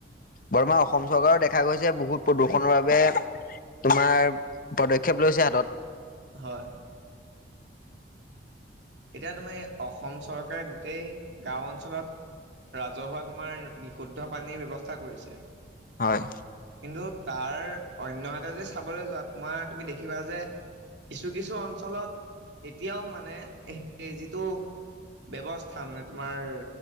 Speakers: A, on the left; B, on the right.
A: বৰ্তমান অসম চৰকাৰৰ দেখা গৈছে বহুত প্ৰদূষণৰ বাবে তোমাৰ পদক্ষেপ লৈছে হাতত।
B: হয়। এতিয়া তুমি অসম চৰকাৰে গোটেই গাঁও অঞ্চলত ৰাজহুৱা তোমাৰ বিশুদ্ধ পানীৰ ব্যৱস্থা কৰিছে।
A: হয়।
B: কিন্তু তাৰ অন্যহাতে যদি চাবলৈ যোৱা তোমাৰ তুমি দেখিবা যে কিছু-কিছু অঞ্চলত এতিয়াও মানে সেই যিটো ব্যৱস্থা মানে তোমাৰ